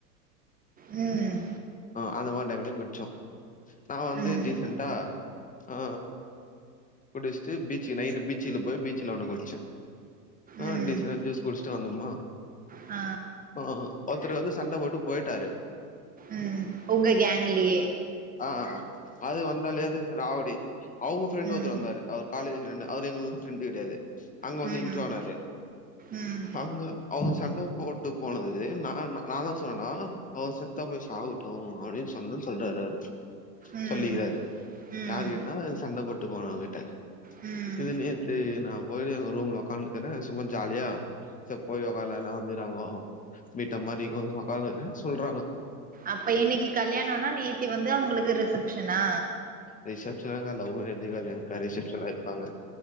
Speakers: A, on the right; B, on the left.
A: ம்
B: ஆ அந்த மாரி டைம்ல குடிச்சோ நா வந்து
A: ம்.
B: டீசன் டா ஆ குடிச்சிட்டு பீச்சுக் நைட்டு பீச்ல போய் பீச்ல ஒன்னு குடிச்ச ஆ
A: ம்.
B: டீசன்டா ஜூஸ் குடிச்ட்டு வந்தம்மா
A: ஆ
B: ஆ ஒருத்தரு வந்து சண்ட போட்டு பொயிட்டாரு
A: ம் உங்க கேங்குலயே
B: ஆ அது வந்தாலேது ராவுடி அவங்க ஃப்ரெண்டு் ஒருத்தர்
A: ம்.
B: வந்தாரு அவர் காலேஜ் ஃப்ரெண்ட் அவரு எங்களுக்கு ஃப்ரெண்டு் கெடையாது அங்க
A: ம்.
B: வந்து
A: ம்.
B: இன்றோ ஆனாரு
A: ம்.
B: அங்க அவங்க சண்ட போட்டு போனது நான்னா நா என்னா சொன்னேனா அவர் செத்தா போயிருச் சாகட்டு அப்டின்னு சொன்னேனு சொல்றாரு அவரு
A: ம்.
B: சொல்லிக்கிறாரு
A: ம்.
B: யாருகிட்டனா சண்ட போட்டு போனவங்க கிட்ட
A: ம்.
B: இது நேத் த்து நா போயி அங்க ரூம்ல உக்கான்ட்டு இருக்கிறே சும்மா ஜாலியா சேர் போய் உக்கார்லா எல்லா வந்து இக்குறாங்கோ வீட்டு மாறி உக்காந்துக்கிறே சொல்றாங்க
A: அப்ப இன்னைக்கு கல்யாணம்னா நேத்தி வந்து அவங்களுக்கு ரிசப்ஷனா
B: ரிசப்ஷன் எல்லா இல்ல லவ் மேரேஜ் கல்யாணோக்கா ரிசப்ஷன்லா வெப்பாங்க